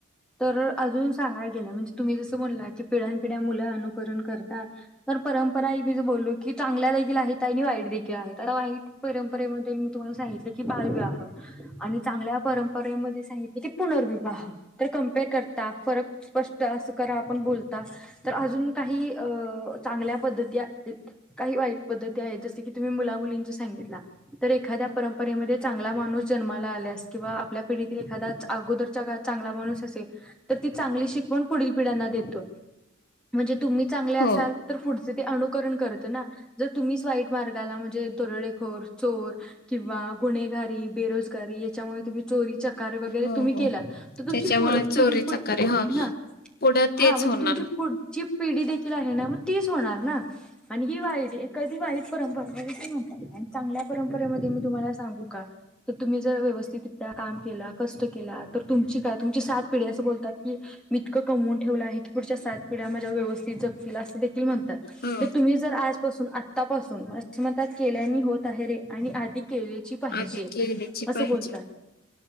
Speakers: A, in the centre; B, on the left.
A: तर अजून सांगाय गेलं म्हणजे तुम्ही जसं म्हणला की पिढ्यापिढ्या मुलं अनुकरण करतात. तर परंपरा एक मीच बोललो की चांगल्या देखील आहेत आणि वाईट देखील आहे. आता वाईट परंपरेमध्ये मी तुम्हाला सांगितलं की बालविवाह आणि चांगल्या परंप रेमध्ये सांगितले की पुनर्विवाह. तर कम्पेअर करता फरक स्पष्ट असं करा आपण बोलता तर अजून काही अ चांगल्या पद्धती आहेत. काही वाईट पद्धती आहेत जस की तुम्ही मुला मुलींच सांगितला. तर एखाद्या परंपरेमध्ये चांगला माणूस जन्माला आल्यास किंवा आपल्या पिढीतील एखादाच अगोदरच्या काळात चांगला माणूस असे तर ती चांगली शिकवण पुढील पिढ्यांना देतो. म्हणजे तुम्ही चांगले असाल
B: हो
A: तर पुढचे ते अनुकरण करतं ना. जर तुम्हीच वाईट मार्गाला म्हणजे दरोडेखोर, चोर किंवा गुन्हेगारी बेरोजगारी याच्यामुळे तुम्ही चोरीच्या कार वगैरे
B: हो
A: तुम्ही
B: हो
A: केला तर तुमची
B: त्याच्यामुळे
A: पुढ
B: चोरीचा
A: पिढी पुढी
B: कार्य ह
A: हां
B: पुढं तेच
A: हा म्हणजे
B: होणार
A: तुमची पुढची पिढी देखील आहे ना मग तीच होणार ना आणि ही वाईट एखादी वाईट परंपरा म्हणजे ते म्हणत्यात ना चांगल्या परंपरेमध्ये मी तुम्हाला सांगू का तर तुम्ही जरा व्यवस्थित त्या काम केला कष्ट केला तर तुमची काय तुमची सात पिढी असं बोलतात की मी इतकं कमवून ठेवलं आहे की पुढच्या सात पिढ्या माझ्या व्यवस्थित जगतील असं दे ते म्हणतात
B: हम्म
A: तर तुम्ही जर आजपासून आत तपासून म्हणतात केल्याने होत आहे रे आणि आधि केलेची पाहिजे
B: आधी केलीची
A: असं
B: पाहिजे
A: बोलतात